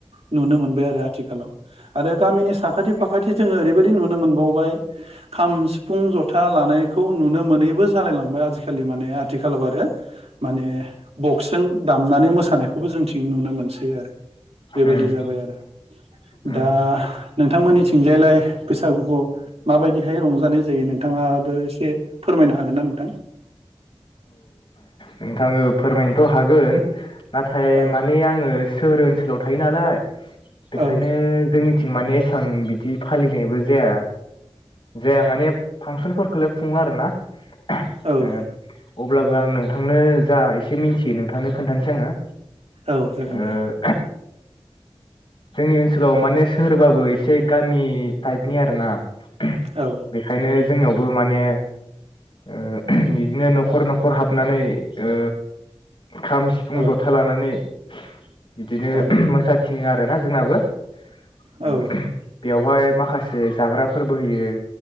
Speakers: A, on the right (about 80°); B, on the left (about 55°).
A: नुनो मोनबाय आरो आथिखालाव आरो गामिनि साखाथि फाखाथि जोङो ओरै बेबायदि नुनो मोनबावबाय खाम सिफुं जथा लानायखौ नुनो मोनैबो जालायलांबाय आजिखालि माने आथिखालाव आरो माने बक्सजों दामनानै मोसानायखौबो जोंथिं नुनो मोनसै आरो बेबायदि
B: उम
A: जाबाय आरो
B: उम
A: दा नोंथांमोननिथिंजायलाय बैसागुखौ माबायदिहाय रंजानाय जायो नोंथाङाबो एसे फोरमायनो हागोन ना नोंथां
B: नोंथाङो फोरमायनोथ हागोन नाथाय
A: औ
B: माने आङो सोहोर ओनसोलाव थायो नालाय बेखायनो
A: औ
B: जोंनि थिं माने एसां बिदि फालिनायबो जाया जाया माने फांसनफोर खोलोब सुङो आरो ना <inaudible>
A: औ
B: ओ अब्लाबो आं नों नोंथांनो जा एसे मिनथियो नोंथांनो खोन्थानोसै आङो
A: औ जागोन
B: ओ
A: दे।
B: जोंनि ओनसोलाव माने सोहोरबाबो एसे गामि टाइपनि आरोना <unintelligible>
A: औ
B: बेखायनो जोंनियावबो माने ओ <unintelligible> इदिनो नखर नखर हाबो हाबनानै ओ खाम सिफुं
A: औ
B: जथा लानानै बिदिनो
A: औ
B: <unintelligible> मोसाथि थाङो आरो ना जोंनाबो ओ
A: औ
B: <unintelligible> बेवहाय माखासे जाग्राफोरबो होयो